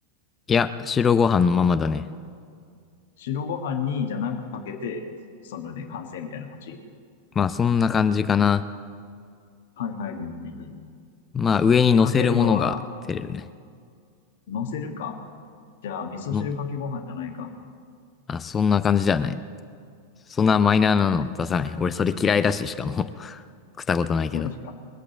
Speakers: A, on the left (about 20°); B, on the left (about 55°).
A: いや、白ご飯のままだね。
B: 白ご飯に、じゃあなんかかけて、それで完成みたいな感じ
A: まあ、そんな感じかな。
B: はいはいはいはいはい。
A: まあ、上に乗せるものが照れるね。
B: かけるのは、乗せるか。じゃあ、味噌汁かけご飯じゃないか。
A: の、あ、そんな感じじゃない。そんなマイナーなの出さない。
B: なるほどね。
A: 俺、それ嫌いだし、しかも <laughs>。食ったことないけど。
B: <laughs> マジか。